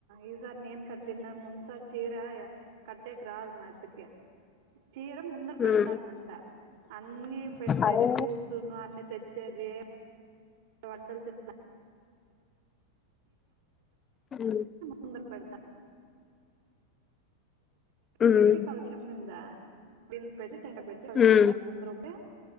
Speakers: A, on the right; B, on the left.
A: ఈసారీ నేన్ కట్టిందే ముందు సారి చీరా య కట్టేకి రాదు మా యత్తకి చీర ముందర
B: హ్మ్
A: పెడతాన్నంట అన్నీ పెట్టేది
B: అరే
A: ఫ్రూట్స్ న్ను అన్ని తెచ్చేది వంటలు <unintelligible>
B: హ్మ్
A: తొందర పెడతా
B: హ్మ్
A: పెట్టి కలుచు <unintelligible> చెమ్ముందా బింద్ పెట్టి టెండర్ పెట్టి <unintelligible>
B: హ్మ్
A: ముందు రుపే